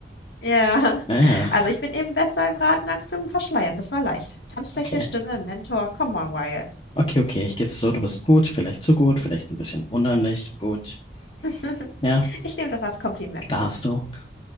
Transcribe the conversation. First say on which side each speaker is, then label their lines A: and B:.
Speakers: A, on the left; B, on the left.
A: ja.
B: Naja,
A: Also ich bin eben besser im Raten als zum Verschleiern. Das war leicht. Tanzfläche,
B: okay.
A: Stimme, Mentor, come on, Wyatt.
B: Okay, okay, ich geb's so, du bist gut, vielleicht zu gut, vielleicht ein bisschen unheimlich, gut.
A: <laughs>
B: Ja,
A: Ich nehme das als Kompliment.
B: darfst du.